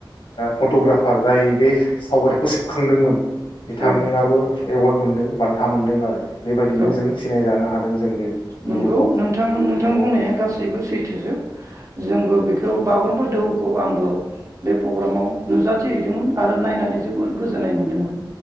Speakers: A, on the left; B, on the right.
A: फट'ग्राफार जाय बे सावगारिखौ सेबखांदोंमोन
B: औ
A: बिथाङाबो एवार्ड मोन बान्था मोनदों आरो बेबायदिनो
B: औ
A: जों सिनायजानो हादों जोंनि मुलुगाव
B: नंगौ नोंथां नोंथां
A: नंगौ
B: बुंनाया गासैबो सैथोजोब जोंबो बेखौ बागुरुम्बा दोहौखौ आंबो बे प्रग्रामाव नुजाथि हैदोंमोन आरो नायनानै जोबोर गोजोननाय मोनदोंमोन